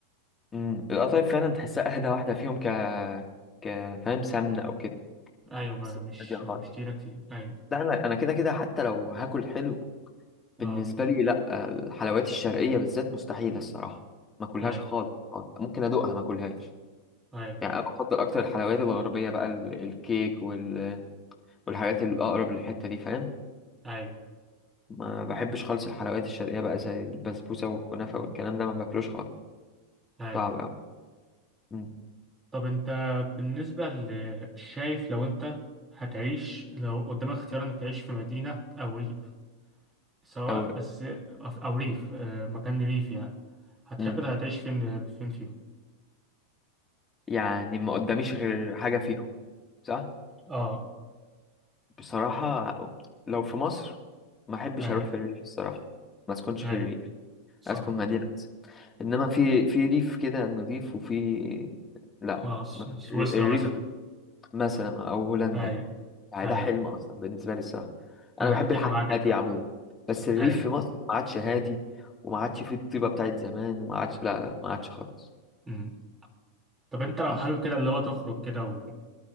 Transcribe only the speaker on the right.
أيوة ما
مش
مش كتيرة كتير أيوة
أه
أيوة
أيوة
أيوة
أيوة
طب أنت بالنسبة ل- شايف لو أنت هتعيش لو قدامك اختيار إنك تعيش في مدينة أو ريف سواء
بس أو ريف آه، مكان ريف يعني هتحب
هتعيش فين فين فيهم
اه
اي
اي
صح
اه س-
سويسرا
مثلا
اي
اي
انا
متفق
معاك جدا
اي
أمم. طب انت لو
حابب كده اللي هو تخرج كده و...